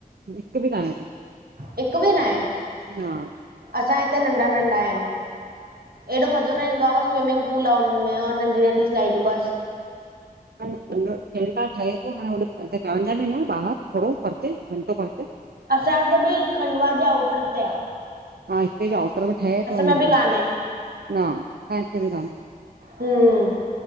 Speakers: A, on the right; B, on the right.
A: हिकु बि कांहें को।
B: हिकु बि न आहे?
A: हा
B: असां हिते नंढा नंढा आहिनि। एॾो मज़ो न ईंदो आ बस स्विमिंग पूल आ हुन में नंढी नंढी स्लाइडू बसि।
A: न न टेंकार ठहे थो हाणे हो पंहिंजे जा बि न ॿाहिरि थोरो परिते घंटो परिते।
B: असांज त बिई खंडवा जे आउटर ते आ।
A: हा हिते बि आउटर में ठहे थो अञा,
B: में बि कान्हे
A: न अस हिते बि कान्हे।
B: हम्म